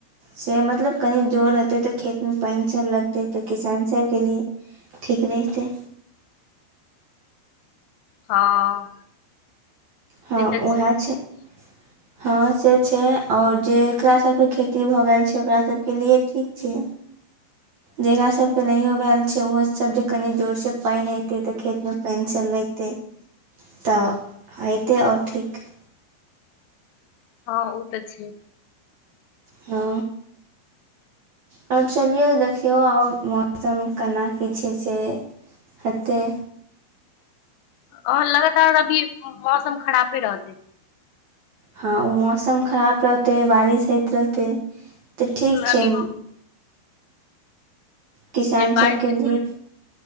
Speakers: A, on the right (about 65°); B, on the left (about 85°).
A: से मतलब कनि जोर रहतै त, खेतमे पानिसब लगतै त किसानसबके लिए ठीक रहितै।
B: हँ
A: हँ
B: से तऽ
A: उहैं छै।
B: <inaudible>
A: हँ से छै, और जेकरा सबके खेती भऽ गेल छै, ओकरा सबके लिए ठीक छै।
B: <inaudible>
A: जकरा सबके नहियो भेल छै, ओहो सब जे कनि जोरसँ पानि हेतै तऽ खेतमे पानि सब लैगतय। तऽ हेतै आओर ठीक।
B: हँ उ त छै।
A: हँ आओर चलियौ, देखियौ औ मौ सम केना की छै से हतै।
B: हं लगातार अभी मौसम खरापे रहतै।
A: हँ ओ मौसम खराब रहतै, बारिश होइत रहतै तऽ ठीक
B: अभी
A: छै। किसान
B: अभी बारिश
A: सबके
B: के सीजन
A: लिए
B: छै